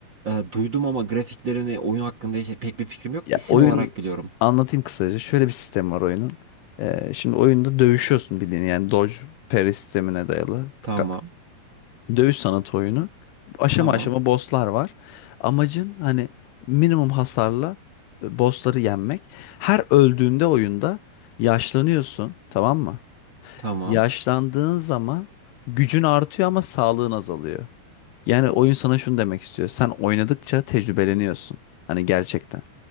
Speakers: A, on the right; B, on the left.
A: Ee, duydum ama grafiklerini oyun hakkında hiç pek bir fikrim yok.
B: Ya
A: İsim
B: oyun
A: olarak biliyorum.
B: anlatayım kısaca. Şöyle bir sistem var oyunun. Ee, şimdi oyunda dövüşüyorsun bildiğin yani dodge parry sistemine dayalı
A: Tamam.
B: ka- dövüş sanatı oyunu. Aşama
A: Tamam.
B: aşama bosslar var. Amacın hani minimum hasarla e, bossları yenmek. Her öldüğünde oyunda yaşlanıyorsun, tamam mı?
A: Tamam.
B: Yaşlandığın zaman gücün artıyor ama sağlığın azalıyor. Yani oyun sana şunu demek istiyor. Sen oynadıkça tecrübeleniyorsun. Hani gerçekten.